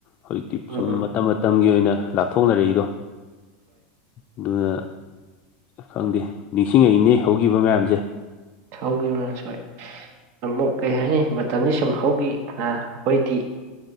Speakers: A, on the left (about 35°); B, on the right (about 45°).
A: ꯍꯧꯖꯤꯛꯇꯤ
B: ꯍꯣꯏ
A: ꯁꯨꯝ ꯃꯇꯝ ꯃꯇꯝꯒꯤ ꯑꯣꯏꯅ ꯂꯥꯞꯊꯣꯛꯅꯔꯛꯏꯗꯣ ꯑꯗꯨꯅ ꯈꯪꯗꯦ ꯅꯤꯡꯁꯤꯡꯉꯛꯏꯅꯦ ꯍꯧꯈꯤꯕ ꯃꯌꯥꯝꯁꯦ
B: ꯍꯧꯈꯤꯕ ꯃꯌꯥꯝꯁꯦ ꯍꯣꯏ ꯑꯃꯨꯛ ꯀꯩ ꯍꯥꯏꯅꯤ ꯃꯇꯝ ꯁꯨꯝ ꯍꯧꯈꯤ ꯍꯥ ꯑꯩꯈꯣꯏꯗꯤ